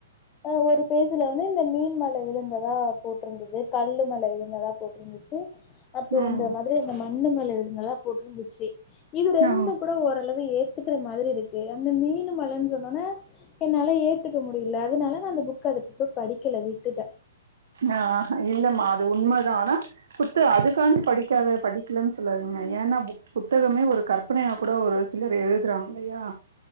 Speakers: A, on the left (about 25°); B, on the right (about 65°).
A: அ ஒரு பேஜ்ல வந்து இந்த மீன் மழ விழுந்ததா போட்ருந்தது கல்லு மழ விழுந்ததா போட்ருந் ச்சு அப்புறோ
B: ம்
A: இந்த மாதிரி அந்த மண்ணு மழ விழுந்ததா போட்டிருந்துச்சு இது ரெண்டும்
B: ஆ
A: கூட ஓரளவு ஏத் த்துக்குற மாதிரி இருக்கு அந்த மீனு மழன்னு சொன்னோன என்னால ஏத்துக்க முடியல அதனால நா அந்த புக்க அதுக்கப்புற படிக்கல விட்டுட்டே
B: ஆ இல்லம்மா அது உண்மைதா ஆனா புக்கு அதுக்காண்டி படிக்காத படிக்கலன் சொல்லாதீங்க ஏன்னா புத் புத்தகமே ஒரு கற்பனையா கூட ஒரு சிலர் எழுதுறாங்க இல்லையா